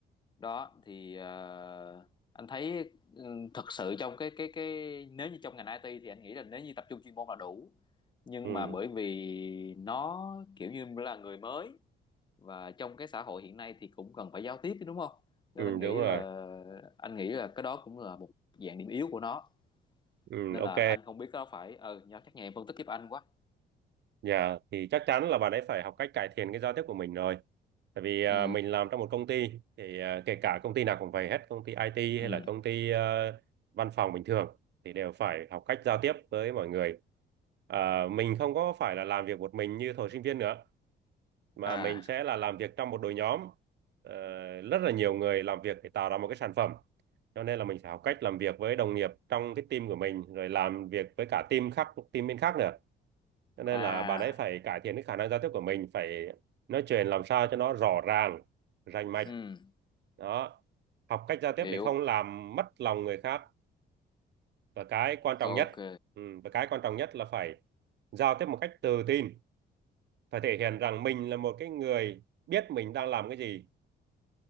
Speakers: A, on the left; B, on the right.
A: đó thì ờ, anh thấy ừ, thật sự trong cái cái cái nếu như trong ngành IT thì anh nghĩ là nếu như tập trung chuyên môn là đủ nhưng
B: Ừ.
A: mà bởi vì nó kiểu như là người mới và trong cái xã hội hiện nay thì cũng cần phải giao tiếp chứ, đúng không nên
B: ừ
A: anh nghĩ
B: đúng rồi
A: là anh nghĩ là cái đó cũng là một dạng điểm yếu của nó
B: ừ.
A: nên
B: ok
A: là anh không biết có phải ờ ừ, chắc nhà em phân tích giúp anh quá
B: Dạ, thì chắc chắn là bạn ấy phải học cách cải thiện cái giao tiếp của mình rồi. Tại vì à,
A: ừ
B: mình làm trong một công ty thì à, kể cả công ty nào cũng vậy hết, công ty IT
A: ừ
B: hay là công ty à, văn phòng bình thường thì đều phải học cách giao tiếp với mọi người. À, mình không có phải là làm việc một mình như thời sinh viên nữa mà
A: à
B: mình sẽ là làm việc trong một đội nhóm Ờ, rất là nhiều người làm việc để tạo ra một cái sản phẩm. Cho nên là mình phải học cách làm việc với đồng nghiệp trong cái team của mình rồi làm việc với cả team khác team bên khác nữa cho nên
A: à
B: là bạn ấy phải cải thiện cái khả năng giao tiếp của mình phải nói chuyện làm sao cho nó rõ ràng rành mạch
A: ừ
B: đó học cách giao tiếp
A: hiểu
B: để không làm mất lòng người khác và cái quan trọng
A: ok
B: nhất ừ, và cái quan trọng nhất là phải giao tiếp một cách tự tin phải thể hiện rằng mình là một cái người biết mình đang làm cái gì